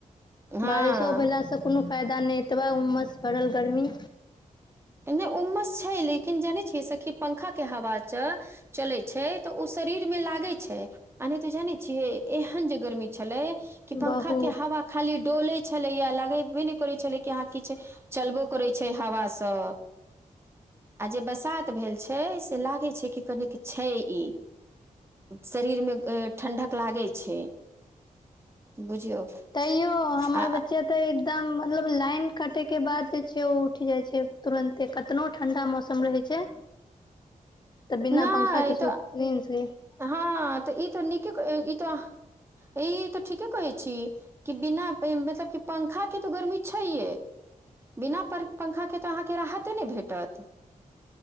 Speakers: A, on the right; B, on the left.
A: हँ
B: बारिशो भेला सभ कोनो फायदा नहि एतबा उमस परल गर्मी
A: इन्ने उममस छै लेकिन जानै छियै सखि पंखा के हवा च चलैत छै तऽ ओ शरीर मे लागै छै अ नहि तो जानै छियै एहन जे गर्मी छलै कि पंखा
B: बहुत
A: के हवा खाली डोले छलेया लागेबे नहि करे छले कि आहाँ किछु चलबो करै छै हवा से आ जे बसात भेल छै से लागै छै कि कनेिक छै ई शरीर मे ठण्ढक लागे छै बुझियौ
B: तैयो
A: आ
B: हमर बच्चा तऽ एकदम मतलब लाइन कटेके बाद जे छै ओ उठि जाइ छै तुरन्ते कतनो ठण्डा मौसम रहे छै तऽ बिना
A: नहि
B: पंखाक के सुते
A: तऽ
B: <unintelligible> ने छै <unintelligible>
A: हँ त ई त नीके ई त ई त ठीके कहै छी कि बिना मतलब की त पंखा के तो गर्मी छैहे बिना पंखा के तऽ अहाँके राहते नहि भेटत